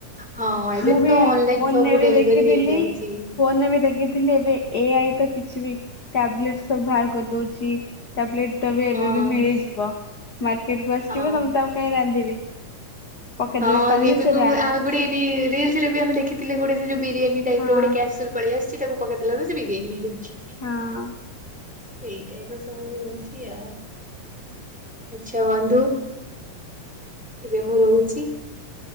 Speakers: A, in the centre; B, on the left.
A: ହଁ ଏବେ
B: ମୁଁ
A: ତ
B: ବି
A: ଅନଲାଇନ
B: ଫୋନେ
A: ସବୁ
B: ବି
A: ଡେଲିଭରି
B: ଦେଖିଥିଲି
A: ହେଇଯାଉଛି।
B: ଫୋନେ ବି ଦେଖିଥିଲି ଏବେ ଏ ଆଇ ତ କିଛି ବି ଟାବଲେଟ୍ ସବୁ ବାହାର କର୍ ଦଉଛି ଟାବଲେଟ୍ ତ ବେ
A: ହଁ
B: ଏବେ ବି ମିଳିଯିବ ମାର୍କେଟକୁ ଆସିିବ
A: ହଁ
B: ତମେ ତା ଆଉ କାଇଁ ରାନ୍ଧିବି। ପକେଇଦେବେ
A: ହଁ
B: ପାନିରେ
A: ଲିବିକୁ
B: ସେ ରାନ୍ଧ
A: ମୁଁ ଆଉ କୁଡ଼ି ରି ରିଲସ୍ ରେ ବି ଆମେ ଦେଖିଥିଲେ ଗୋଟେ ସେ ଯୋଉ ବିରିୟାନୀ ଟାଇପ୍
B: ହଁ
A: ର ଗୋଟେ କେସଲ୍ ପଳି ଆସିଛି ତାକୁ ପକେଇ ବେଳୁ ସେ ବିରିିୟାନି ହେଇଯାଉଚି।
B: ହଁ।
A: ସେଇ ଟାଇପ୍ ର ସବୁ ଇଏ ହଉଛି ଆ ଆଚ୍ଛା ବନ୍ଧୁ ଏବେ ମୁଁ ରହୁଚି।